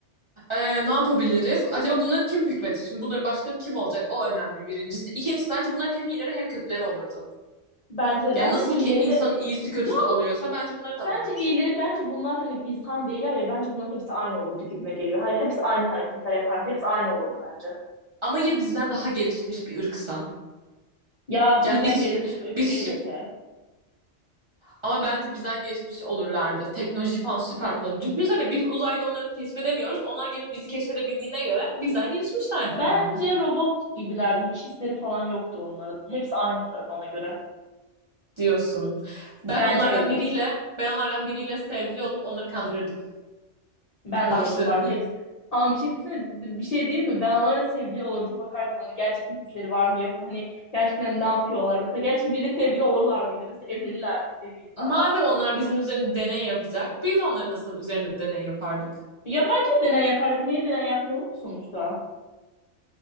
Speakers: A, on the right; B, on the left.
A: Ee, ne yapabiliriz? Acaba bunları kim hükmedecek? Şimdi bunların başkanı kim olacak? O önemli birincisi. İkincisi bence bunların hem iyileri hem kötüleri olurdu.
B: Bence de
A: Yani
B: bence
A: nasıl
B: iyileri
A: ki insanın
B: de
A: iyisi kötüsü
B: ya
A: oluyorsa bence bunların da
B: bence
A: vardır.
B: iyileri bence bunlar hani insan değiller ya bence bunların hepsi aynı olurdu gibime geliyor. Hayır hepsi aynı hareketler yapardı. Hepsi aynı olurdu bence.
A: Ama ya bizden daha gelişmiş bir ırksa?
B: Ya
A: Yani
B: bizden
A: biz
B: gelişmiş
A: şimdi
B: bir ırk
A: biz
B: değilse.
A: şimdi ama bence bizden gelişmiş olurlardı. Teknoloji falan süper kullanıyor. Düşünsene biz uzayda onları keşfedemiyoruz. Onlar gelip bizi keşfedebildiğine göre bizden gelişmişlerdir
B: Bence
A: yani
B: robot gibilerdi. Hiç hisleri falan yoktur onların. Hepsi aynıdır bana göre.
A: diyorsun. Ben
B: Bence
A: onlardan
B: öyle olur.
A: biriyle ben onlardan biriyle sevgili olup onları kandırırdım.
B: Ben
A: Başlarını.
B: de olurdum bu arada hepsi. Ama bir şey desene, bir şey değil mi? Ben onlarla sevgili olurdum. Bakardım hani gerçekten hisleri var mı yok mu? Hani gerçekten ne yapıyorlar? Mesela gerçekten biriyle sevgili olurlar mıydı? Mesela evlenirler miydi bir insanla?
A: Madem onlar bizim üzerinde deney yapacak, biz onların nasıl üzerinde deney yapardık?
B: Ya bence deney yapardık. Niye deney yapmıyorum ki sonuçta?